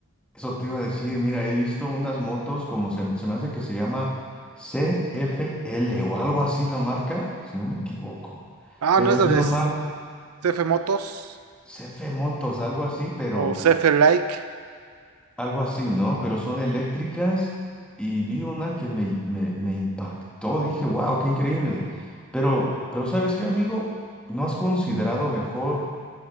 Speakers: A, in the centre; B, on the right (about 85°).
A: eso te iba a decir, mira, he visto unas motos como se, se me hace que se llama C F L o algo así la marca, si no me equivoco,
B: Ah,
A: pero
B: ¿no es
A: es
B: la
A: una
B: de
A: marca
B: C F Motos
A: C F Motos, algo así, pero
B: o C F Like?
A: algo así, ¿no? Pero son eléctricas y vi una que me, me, me impactó, dije, wow, qué increíble, pero, pero ¿sabes qué, amigo? ¿No has considerado mejor